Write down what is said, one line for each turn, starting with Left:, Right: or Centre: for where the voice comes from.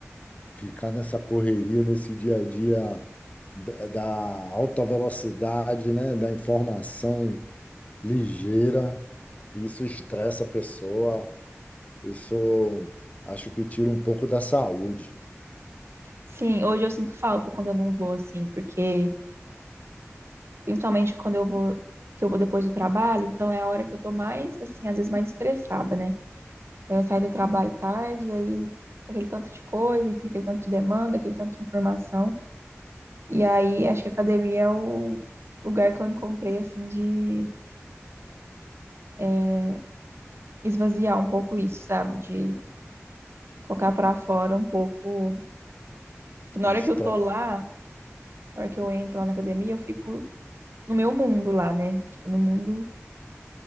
Left: ficar nessa correria, nesse dia a dia da da alta velocidade, né, da informação ligeira, isso estressa a pessoa, isso acho que tira um pouco da saúde.
Right: Sim, hoje eu sinto falta quando eu não vou assim, porque principalmente quando eu vou que eu vou depois do trabalho, então é a hora que eu tô mais assim, às vezes mais estressada, né? Então eu saio do trabalho tarde, e aí com aquele tanto de coisa, enfim, aquele tanto de demanda, aquele tanto de informação. E aí acho que a academia é o lugar que eu encontrei assim de eh, esvaziar um pouco isso, sabe? De colocar pra fora um pouco. Que na
Left: O
Right: hora
Left: estresse,
Right: que eu tô lá, na hora que eu entro lá na academia, eu fico no meu mundo lá, né? Tipo, no mundo,